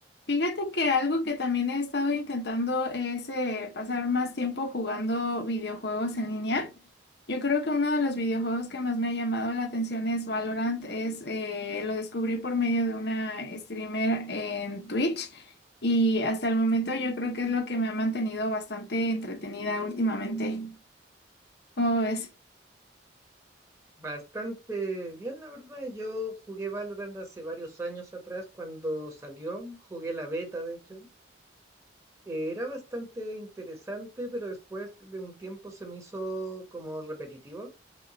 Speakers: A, on the left; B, on the right.
A: Fíjate que algo que también he estado intentando es eh, pasar más tiempo jugando videojuegos en línea. Yo creo que uno de los videojuegos que más me ha llamado la atención es Valorant. Es, eh, lo descubrí por medio de una streamer en Twitch y hasta el momento yo creo que es lo que me ha mantenido bastante entretenida últimamente. ¿Cómo ves?
B: Bastante bien, la verdad. Yo jugué Valorant hace varios años atrás cuando salió, jugué la beta, de hecho. Eh, era bastante interesante, pero después de un tiempo se me hizo como repetitivo.